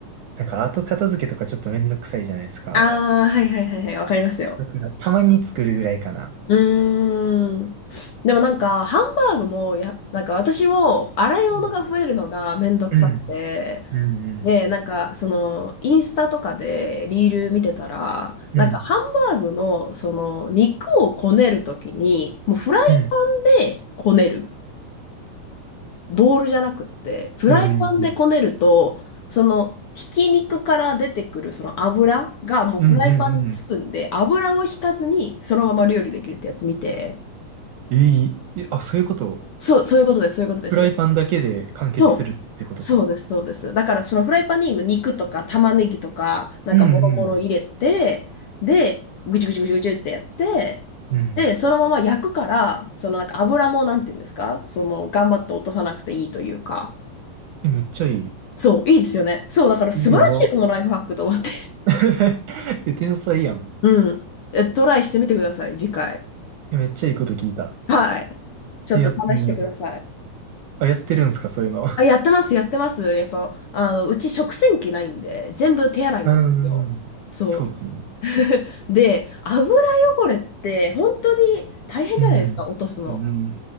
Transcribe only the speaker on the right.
なんか後片付けとかちょっとめんどくさいじゃないですか。
だからたまに作るぐらいかな。
うん。うん。うん。
うん。
うん。うん。
うん。うん。う
ん。うんうん
えいえ、あ、そういうこと
フライパンだけで完結するってことか。
うん。うん。
うん。
え、めっちゃいい。
え、やば。<laughs> え、天才やん。
えめっちゃいいこと聞いた。
え、やってみよう。あ、やってるんすか、そういうの。<laughs> う
ーん。
そうっすよね。
うん。
うん、